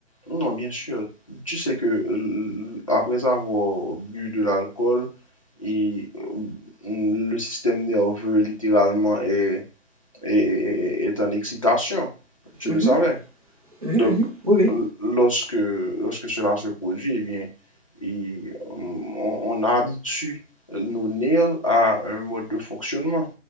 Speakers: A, on the left; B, on the right.
A: Non, bien sûr. Tu sais que euh, après avoir bu de l'alcool, et euh, le système nerveux littéralement est, est, est- est en excitation, tu
B: Mhm,
A: le savais.
B: mhm,
A: Donc,
B: mhm. Oui, oui.
A: lorsque, lorsque cela se produit, eh bien, il- on, on habitue nos nerfs à un mode de fonctionnement.